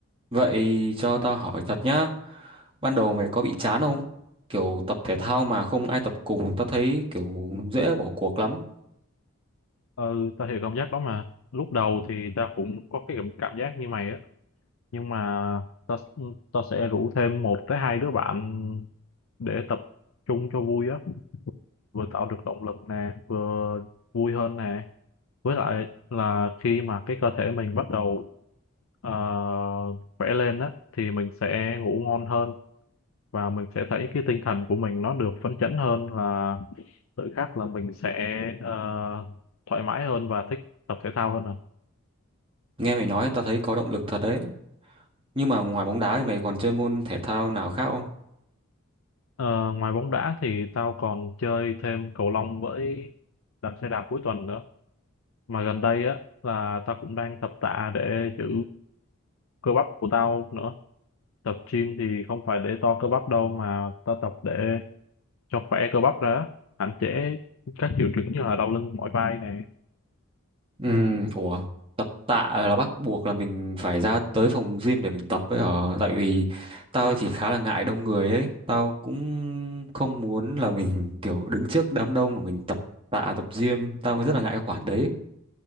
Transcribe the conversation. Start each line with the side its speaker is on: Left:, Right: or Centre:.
Right: vậy cho tao hỏi thật nhá ban đầu mày có bị chán không kiểu tập thể thao mà không ai tập cùng tao thấy kiểu dễ bỏ cuộc lắm
Left: ừ ta hiểu cảm giác đó mà lúc đầu thì ta cũng có cái cảm cảm giác như mày á nhưng mà ta ta sẽ rủ thêm một tới hai đứa bạn để tập trung cho vui á vừa tạo được động lực nè vừa vui hơn nè với lại là khi mà cái cơ thể mình bắt đầu ờ, khỏe lên á thì mình sẽ ngủ ngon hơn và mình sẽ thấy cái tinh thần của mình nó được phấn chấn hơn là tự khắc là mình sẽ ờ, thoải mái hơn và thích tập thể thao hơn à.
Right: nghe mày nói tao thấy có động lực thật đấy nhưng mà ngoài bóng đá thì mày còn chơi môn thể thao nào khác không
Left: Ờ, ngoài bóng đá thì tao còn chơi thêm cầu lông với đạp xe đạp cuối tuần nữa mà gần đây á là tao cũng đang tập tạ để giữ cơ bắp của tao nữa tập gym thì không phải để to cơ bắp đâu mà tao tập để cho khỏe cơ bắp ra hạn chế các triệu chứng như là đau lưng mỏi vai này
Right: ừ ủa tập tạ là bắt buộc là mình phải ra tới phòng gym để mình tập ấy ở tại vì tao thì khá là ngại đông người ấy tao cũng không muốn là mình <laughs> kiểu đứng trước đám đông mà mình tập tạ tập gym tao rất là ngại cái khoản đấy